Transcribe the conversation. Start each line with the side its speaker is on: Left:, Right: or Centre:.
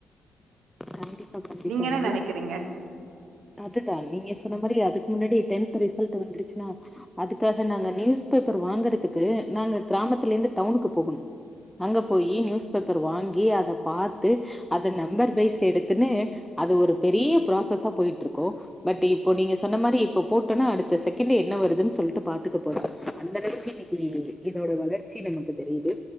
Centre: கண்டிப்பா கண்டிப்பா
Right: நீங்க என்ன
Centre: நல்லது
Right: நெனைக்கிறீங்க
Centre: அதுதான் நீங்க சொன்ன மாரி அதுக்கு முன்னடி டென்த் ரிசல்ட் வந்துருச்சுனா அதுக்காக நாங்க நியூஸ் பேப்பர் வாங்கறதுக்கு நாங்க கிராமத்துல இருந்து டவுனுக்கு போகணும் அங்க போய் நியூஸ் பேப்பர் வாங்கி அதை பாத்து அத நம்பர் வைஸ் எடுத்துன்னு அது ஒரு பெரிய ப்ராசஸா போயிட்டு இருக் கோ பட் இப்போ நீங்க சொ சொன்ன மாரி இப்ப போட்டோம்னா அடுத்த செகண்ட் என்ன வருதுன்னு சொல்லிட்டு பாத்துக்க போறோம் அந்தளவுக்கு இன்னைக்கு இதோட வளர்ச்சி நமக்கு தெரியுது